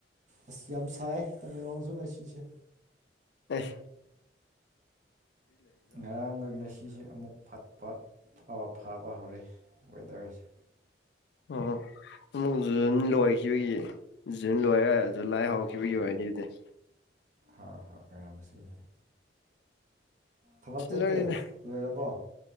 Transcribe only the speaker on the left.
ꯑꯩ
ꯎꯝ ꯑꯃꯨꯛ ꯖꯨꯟ ꯂꯣꯏꯈꯤꯕꯒꯤ ꯖꯨꯟ ꯂꯣꯏꯔꯥ ꯖꯨꯂꯥꯏ ꯍꯧꯈꯤꯕꯒꯤ ꯑꯣꯏꯅꯤ ꯑꯗꯨꯗꯤ
ꯂꯣꯏꯔꯦꯗ